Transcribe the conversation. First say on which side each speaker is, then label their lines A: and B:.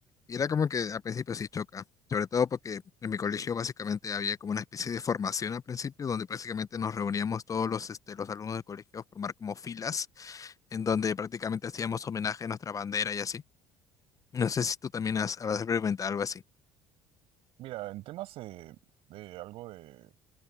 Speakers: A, on the left; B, on the right.
A: Y era como que al principio sí choca, sobre todo porque en mi colegio básicamente había como una especie de formación al principio, donde prácticamente nos reuníamos todos los, este, los alumnos del colegio a formar como filas, en donde prácticamente hacíamos homenaje a nuestra bandera y así. No sé si tú también has, habrás experimentado algo así.
B: Mira, en temas eh, de, algo de